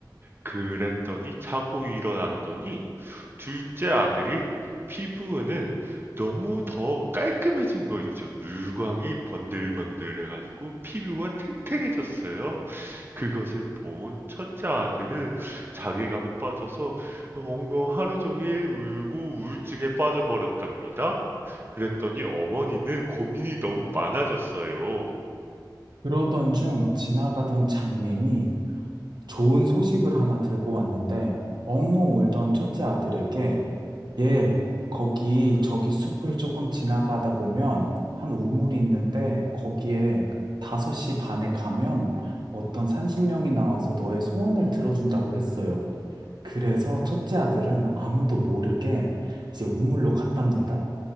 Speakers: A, on the right; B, on the right.
A: 그랬더니 자고 일어났더니 둘째 아들이 피부는 너무 더 깔끔해진 거 있죠. 물광이 번들번들해가지고 피부가 탱탱해졌어요. 그것을 본 첫째 아들은 자괴감에 빠져서 엉엉 하루 종일 울고 우울증에 빠져버렸답니다. 그랬더니 어머니는 고민이 너무 많아졌어요.
B: 그러던 중 지나가던 장님이 좋은 소식을 하나 들고 왔는데 엉엉 울던 첫째 아들에게 얘 거기 저기 숲을 조금 지나가다 보면 한 우물이 있는데 거기에 5시 반에 가면 어떤 산신령이 나와서 너의 소원을 들어준다고 했어요. 그래서 첫째 아들은 아무도 모르게 이제 우물로 갔답니다.